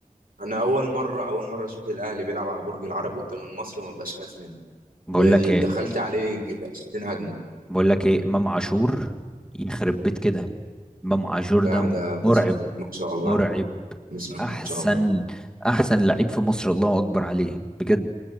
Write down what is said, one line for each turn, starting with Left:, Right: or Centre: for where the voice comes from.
Right: أنا أول مرة أول مرة أشوف الأهلي بيلعب على برج العرب قدام المصري وما بقاش خايف منه
Centre: بقول
Right: اللي
Centre: لك ايه
Right: دخلت عليه جي- 20 هجمة
Centre: بقول لك ايه امام عاشور يخرب بيت كده امام عاشور
Right: لا
Centre: ده
Right: ده
Centre: مرعب
Right: بسم الله ما شاء الله
Centre: مرعب
Right: بسم الله
Centre: احسن
Right: ما شاء الله
Centre: احسن لعيب في مصر الله اكبر عليه بجد